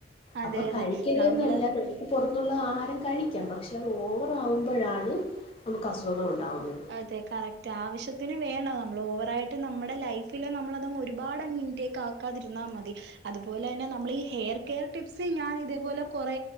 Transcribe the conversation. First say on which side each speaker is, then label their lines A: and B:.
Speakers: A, on the right; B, on the left.
A: അതെ
B: അപ്പം
A: അതെ
B: കഴിക്കര്ത്
A: നമ്മള്
B: ന്നല്ലാ നമ്മക്ക് പൊറത്തുന്നൊള്ള ആഹാരം കഴിക്കാം പക്ഷെ അത് ഓവറാകുമ്പഴാണ് നമ്മക്ക് അസുഖങ്ങൾ ഉണ്ടാവുന്നത്
A: അതെ കറക്റ്റ് ആവശ്യത്തിന് വേണം നമ്മൾ ഓവറായിട്ട് നമ്മടെ ലൈഫിൽ നമ്മളതങ്ങ് ഒരുപാടങ്ങ് ഇൻടേക്ക് ആ ക്കാതിരുന്നാ മതി അതുപോലെ തന്നെ നമ്മൾ ഈ ഹെയർ കെയർ ടിപ്സി ഞാൻ ഇതേപോലെ കൊറേ